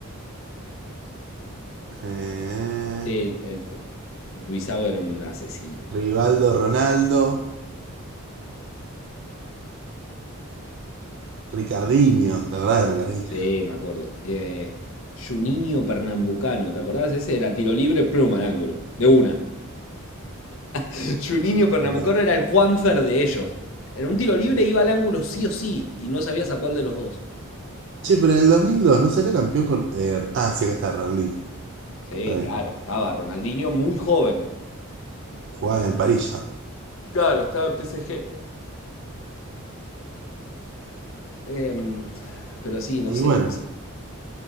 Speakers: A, on the right; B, on the left.
A: eh,
B: Sí, el, el Luisao era un asesino.
A: Rivaldo, Ronaldo, Ricardinho, la verdad, Ricardinho.
B: Sí, me acuerdo. Eh, Juninho Pernambucano, ¿te acordás? Ese era tiro libre, pluma al ángulo. De una. <laughs> Juninho Pernambucano
A: Pero, eh.
B: era el Juanfer de ellos. En un tiro libre iba al ángulo sí o sí y no sabías a cuál de los dos.
A: Che, pero en el dos mil dos no salió campeón con... eh, ah, sí, acá está Ronaldinho.
B: Sí,
A: Está bien.
B: claro, estaba Ronaldinho muy joven.
A: Jugaba en Parilla.
B: Claro, estaba en PSG. Em, pero sí, no
A: Y
B: sé,
A: bueno.
B: no sé.